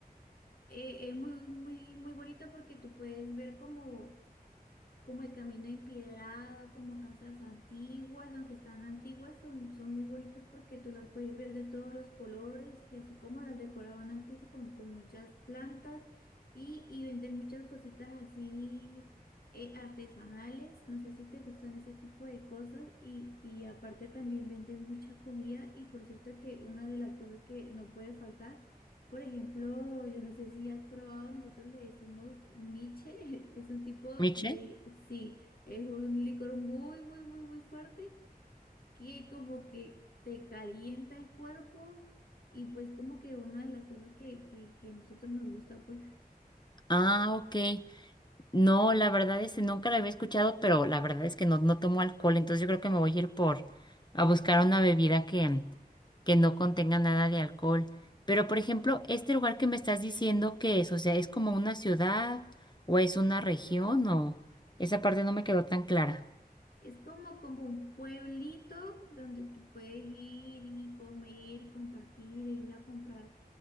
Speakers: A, on the left (about 70°); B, on the left (about 30°).
A: eh, es muy, muy, muy bonito porque tú puedes ver como... como el camino empedrado, como casas antiguas, aunque están antiguas, son, son muy bonitas porque tú las puedes ver de todos los colores y así como las decoraban antes con, con muchas plantas y, y venden muchas cositas así eh, artesanales, no sé si te gustan ese tipo de cosas y, y aparte también venden mucha comida y por cierto que una de las cosas que no puede faltar por ejemplo, yo no sé si has probado, nosotros le decimos miche, <laughs> es un tipo
B: Miche.
A: de sí, es un licor muy, muy, muy, muy fuerte que como que te calienta el cuerpo y pues como que una de las cosas que, que, que nosotros nos gusta pues
B: Ah, ok. No, la verdad es que nunca la había escuchado, pero la verdad es que no, no tomo alcohol, entonces yo creo que me voy a ir por a buscar una bebida que, que no contenga nada de alcohol. Pero, por ejemplo, este lugar que me estás diciendo que es, o sea, ¿es como una ciudad o es una región o esa parte no me quedó tan clara?
A: es como, como un pueblito donde tú puedes ir y comer y compartir e ir a comprar